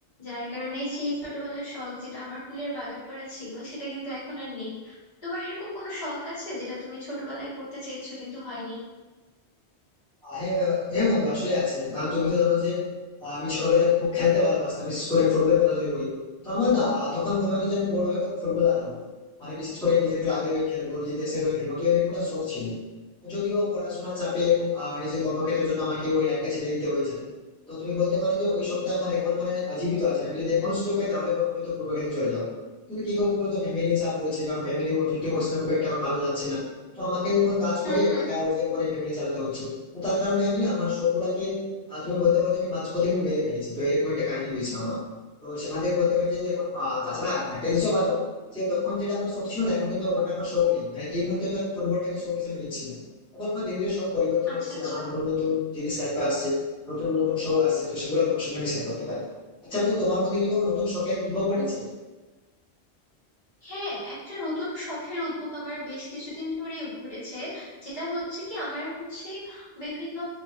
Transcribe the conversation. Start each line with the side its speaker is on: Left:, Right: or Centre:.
Left: যার কারণে সেই ছোটবেলার শখ যেটা আমার ফুলের বাগান করা ছিল সেটা কিন্তু এখন আর নেই তোমার এরকম কোনো শখ আছে যেটা তুমি ছোটবেলায় করতে চেয়েছো কিন্তু হয়নি
Centre: হ্যাঁ হ্যাঁ বন্ধু আসলে আছে কারণ তুমি তো জানো যে আহ, আমি ছোটবেলায় খুব খেলতে ভালোবাসতাম বিশেষ করে ফুটবলের কথা যদি বলি তো আমার না তখন মনে হতো যে আমি বড় হয়ে কোনো ফুটবলার হবো মানে বিশেষ করে নিজের ক্লাবের হয়ে খেলবো নিজের দেশের হয়ে খেলবো তো এরকম একটা শখ ছিল যদিও পড়াশোনার চাপে এবং আহ, নিজের কর্মক্ষেত্রের জন্য আমাকে ওই লাইনটা ছেড়ে দিতে হয়েছে তো তুমি বলতে পারো যে ওই শখটা আমার এখনো মানে জীবিত আছে আমি যদি এখনো সুযোগ পাই তাহলে ওখানে তো ফুটবল খেলতে চলে যাবো কিন্তু কি করবো বলতো ফ্যামিলি চাপ রয়েছে কারণ ফ্যামিলি অর্থনৈতিক অবস্থা খুব একটা এখন ভালো যাচ্ছে না তো আমাকে এখন কাজ
Left: হুম
Centre: করে
Left: হুম
Centre: টাকা রোজগার করে ফ্যামিলি চালাতে হচ্ছে তো তার কারণে আমি না আমার সবগুলাকে আহ, তুমি বলতে পারো যে আমি মাঝপথে কিন্তু মেরে ফেলেছি তো এরকম একটা কাহিনী হয়েছে আমার তো সেখান থেকে বলতে পারি যে এখন আহ, তাছাড়া একটা জিনিসও ভালো যে তখন যেটা আমার শখ ছিল না এখন কিন্তু ওটা আমার শখ নেই মানে এই মুহূর্তে তো আমি ফুটবলটাকে শখ হিসেবে নিচ্ছি না এখন আমার ধীরে ধীরে সব পরিবর্তন
Left: আচ্ছা
Centre: হচ্ছে
Left: আচ্ছা
Centre: আমার নতুন নতুন জিনিস লাইফে আসছে নতুন নতুন শখ আসছে তো সেগুলো তোমার সঙ্গে আমি শেয়ার করতে পারি আচ্ছা বলতো তোমার মধ্যে কি কোনো নতুন শখের উদ্ভব ঘটেছে
Left: হ্যাঁ একটা নতুন শখের উদ্ভব আমার বেশ কিছুদিন ধরেই ঘটেছে যেটা হচ্ছে কি আমার হচ্ছে বিভিন্ন